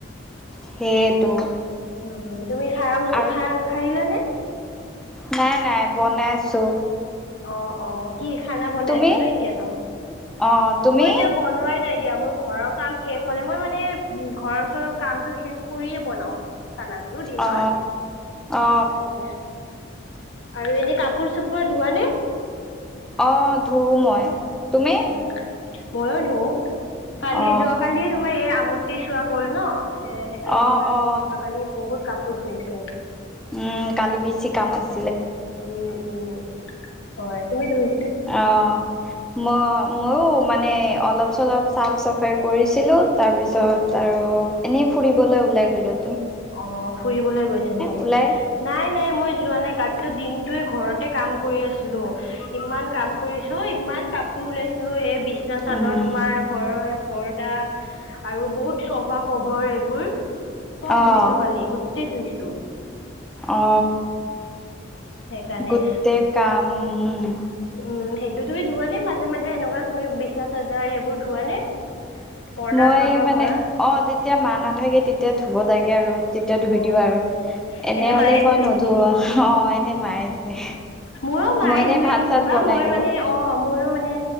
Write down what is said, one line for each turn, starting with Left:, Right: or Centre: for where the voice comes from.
Centre: সেইটো
Left: উম তুমি সাৰা মু
Centre: আৰু
Left: সাৰিলা নে
Centre: নাই নাই বনাইছো
Left: অ অ কি খানা বনাই
Centre: তুমি
Left: আছা ন এতিয়াতো
Centre: অ তুমি
Left: মই এতিয়া বনোৱাই নাই দিয়া মোৰ ঘৰৰ কাম শেষ হলে মই মানে উম ঘৰৰ ওচৰৰ কামটো শেষ কৰিয়ে বনাওঁ খানাটো দিনৰ
Centre: অ অ
Left: সেইকাৰণে আৰু এনে কাপোৰ চাপোৰ ধোৱা নে
Centre: আহ ধু মই তুমি
Left: উম ময়ো ধো কালি
Centre: অ
Left: যোৱা কালিয় তোমাৰ এই আমূতি চোৱা গ'ল ন এ সেইকাৰণে
Centre: অ
Left: তোমাৰ
Centre: অ
Left: যোৱা কালি বহুত কাপোৰ ধুইছো
Centre: উম কালি বেছি কাম আছে
Left: উম উম হয় তুমি ধুই
Centre: অহ মই মই মানে অলপ চলপ চাফ চাফাই কৰিছিলোঁ তাৰপিছত আৰু এনেই ফুৰিবলৈ ওলাই গ'লোঁ
Left: অ ফুৰিবলৈ গৈছে নেকি
Centre: ওলাই
Left: নাই নাই মই যোৱা নাই কালিতো দিন তো ঘৰতে কাম কৰি আছিলো ইমান কাম কৰিছো ইমান কাপোৰ ওলাইছিলো এ বিচনা চাদৰ
Centre: উম
Left: তোমাৰ ঘৰৰ এই পৰ্দা আৰু বহুত চভা কভাৰ এইবোৰ চব
Centre: অ',
Left: ধুইছো কালি গোটেই ধুইছো।
Centre: অ
Left: সেইকাৰণে
Centre: গোটেই কাম উম
Left: উম সেইটো তুমি ধোৱা নে মাজে মাজে এনেকুৱা তুমি বিচনা চাদৰ সেইবোৰ ধুৱা নে পৰ্দা
Centre: মই
Left: চৰ্দা
Centre: মানে
Left: ঘৰৰ
Centre: অ যেতিয়া মা নাথাকে তেতিয়া ধুব লাগে আৰু। তেতিয়া
Left: অ',
Centre: ধুই দিওঁ আৰু
Left: অ',
Centre: এনে
Left: মায়ে
Centre: হলেই
Left: ধুৱে
Centre: মই নুধো
Left: নেকি?
Centre: অ এনে মায়ে ধুৱে।
Left: মইয়ো মায়ে
Centre: মই এনে
Left: ধুৱে
Centre: ভাত
Left: কেতিয়াবা
Centre: চাত বনাই
Left: মই
Centre: দিওঁ
Left: মানে অহ মোৰো মানে